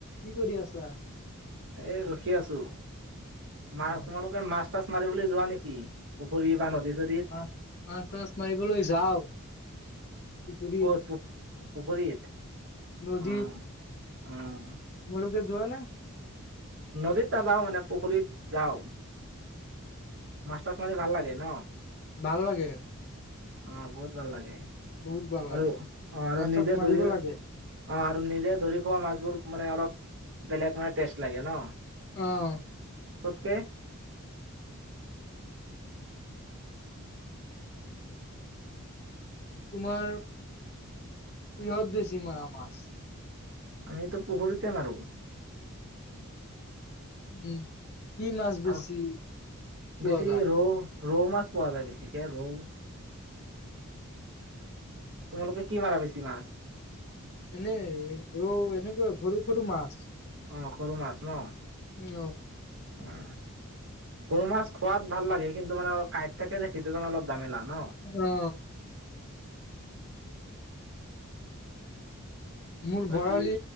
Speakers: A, on the left; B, on the right.
A: কি কৰি আছা?
B: এই ৰখি আছোঁ, মা
A: উম,
B: তোমালোকে মাছ-থাছ মাৰিবলৈ যোৱা নেকি, পুখুৰী বা নদী-চদীত?
A: মা মাছ তাছ মাৰিবলৈ যাওঁ পুখুৰীত
B: ক'ত পু পুখুৰীত।
A: নদীত
B: অহ। অহ।
A: তোমালোকে কে যোৱা নে?
B: নদীত নাযাওঁ মানে পুখুৰীত যাওঁ। মাছ-থাছ মাৰি ভাল লাগে ন?
A: ভাল লাগে।
B: অ' বহুত ভাল লাগে।
A: বহুত ভাল
B: আৰু
A: লাগে।
B: অ আৰু
A: মাছ-থাছ
B: নিজে
A: মাৰিব
B: ধৰি
A: লাগে।
B: অ আৰু নিজে ধৰি খোৱা মাছবোৰ মানে অলপ, বেলেগ মানে টেষ্ট লাগে ন।
A: অহ।
B: কে
A: তোমাৰ, কিহত বেছি মৰা মাছ?
B: আমিতো পুখুৰীতে মাৰো।
A: উম। কি মাছ বেছি
B: আৰু
A: পোৱা
B: বেছি
A: যায়?
B: ৰৌ ৰৌ মাছ পোৱা যায় বেছিকে, ৰৌ। তোমালোকে কি মাৰা বেছি মাছ?
A: এনে ৰৌ, এনেকুৱা সৰু সৰু মাছ।
B: অহ, সৰু মাছ ন।
A: <unintelligible>
B: <unintelligible> সৰু মাছ খোৱাত ভাল লাগে কিন মানে অ' কাইট থাকে যে সেইটো কাৰণে অলপ জামেলা ন।
A: ও মোৰ
B: বাকী
A: বৰালি